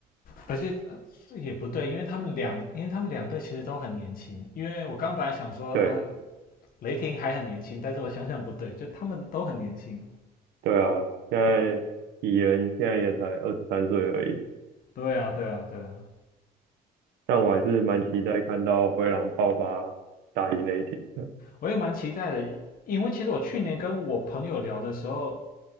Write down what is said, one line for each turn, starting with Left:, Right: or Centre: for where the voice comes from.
Left: 而且呃也不对，因为他们两，因为他们两队其实都很年轻。因为我刚本来想说啊，
Right: 对
Left: 雷霆还很年轻，但是我想想不对，就他们都很年轻。
Right: 对啊，现在蚁人现在也才二十三岁而已，
Left: 对啊，对啊，对啊，
Right: 但我还是蛮期待看到灰狼爆发打赢雷霆的，
Left: 我也蛮期待的，因为其实我去年跟我朋友聊的时候，